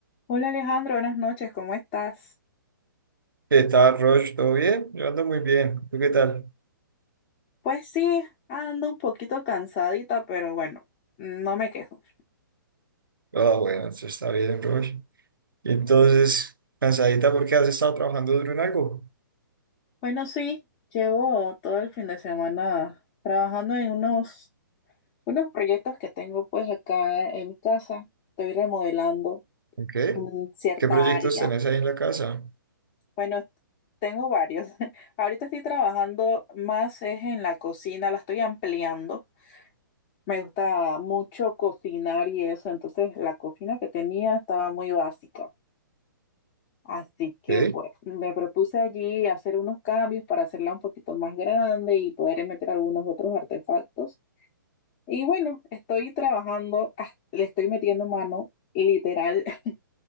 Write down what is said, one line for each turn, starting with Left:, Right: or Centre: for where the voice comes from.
Left: Hola Alejandro, buenas noches, ¿cómo estás?
Right: ¿Qué tal, Roche? ¿Todo bien? Yo ando muy bien. ¿Tú qué tal?
Left: Pues sí, ando un poquito cansadita, pero bueno, no me quejo.
Right: Ah, bueno, eso está bien, Roche. Y entonces, cansadita porque has estado trabajando duro en algo.
Left: Bueno, sí, llevo todo el fin de semana trabajando en unos, unos proyectos que tengo pues acá en mi casa. Estoy remodelando
Right: ¿Ok?
Left: mm, cierta
Right: ¿Qué proyectos
Left: área.
Right: tenés ahí en la casa?
Left: Bueno, tengo varios. <laughs> Ahorita estoy trabajando más es en la cocina, la estoy ampliando. Me gusta mucho cocinar y eso, entonces la cocina que tenía estaba muy básica. Así que
Right: ¿Ok?
Left: pues me propuse allí hacer unos cambios para hacerla un poquito más grande y poder meter algunos otros artefactos. Y bueno, estoy trabajando, ah, le estoy metiendo mano literal, <laughs>